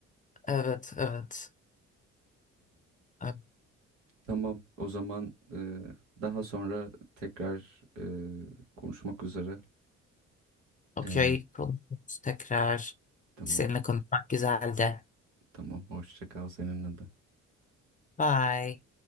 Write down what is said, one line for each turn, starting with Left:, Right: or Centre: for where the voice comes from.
Left: Evet, evet. Evet,
Right: Tamam. O zaman e, daha sonra tekrar e, konuşmak üzere.
Left: Okey.
Right: E,
Left: Konuşuruz tekrar.
Right: tamam.
Left: Seninle konuşmak güzeldi.
Right: Tamam. Hoşça kal seninle de.
Left: Bye.